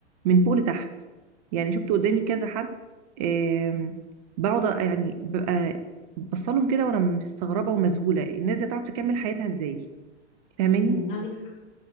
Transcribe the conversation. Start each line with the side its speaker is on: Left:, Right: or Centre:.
Right: من فوق لتحت يعني شفت قدامي كذا حد آم، بقعد أ- يعني ببقى بصلهم كده وانا مستغربة ومذهولة الناس دي هتعرف تكمل حياتها ازاي فاهماني؟
Left: مم. عندك حق